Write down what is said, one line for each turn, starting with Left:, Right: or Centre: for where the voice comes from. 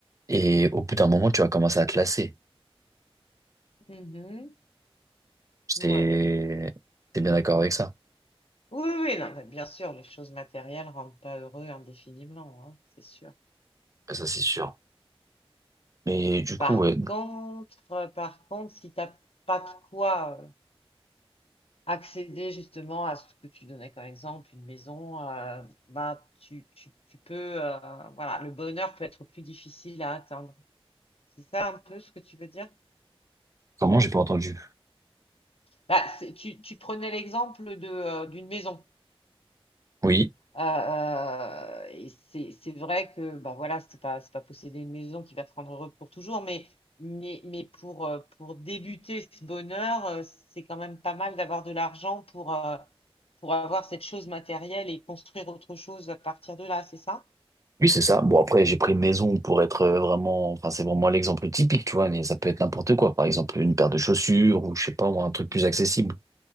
Right: Et au bout d'un moment, tu vas commencer à te lasser.
Left: mhm,
Right: C'est,
Left: ouais.
Right: t'es bien d'accord avec ça?
Left: Oui, oui, non, mais bien sûr, les choses matérielles rendent pas heureux indéfiniment, hein, c'est sûr,
Right: Ça, c'est
Left: c'est
Right: sûr.
Left: sûr.
Right: Mais du coup,
Left: Par
Right: ouais,
Left: contre, euh, par contre, si t'as pas de quoi euh, accéder justement à ce que tu donnais comme exemple, une maison, euh, bah tu, tu, tu peux, euh, voilà, le bonheur peut être plus difficile à atteindre. C'est ça un peu ce que tu veux dire?
Right: comment j'ai pas entendu?
Left: Bah, c'est- tu, tu prenais l'exemple de, euh, d'une maison.
Right: Oui.
Left: Heu et c'est c'est vrai que, bah, voilà, c'est pas c'est pas posséder une maison qui va te rendre heureux pour toujours, mais mais mais pour, heu, pour débuter ce bonheur, heu, c'est quand même pas mal d'avoir de l'argent pour, heu, pour avoir cette chose matérielle et construire autre chose à partir de là, c'est ça?
Right: Oui, c'est ça. Bon, après, j'ai pris maison pour être euh, vraiment, enfin, c'est vraiment l'exemple typique, tu vois, mais ça peut être n'importe quoi. Par exemple, une paire de chaussures ou, je sais pas, moi, un truc plus
Left: Mmh.
Right: accessible.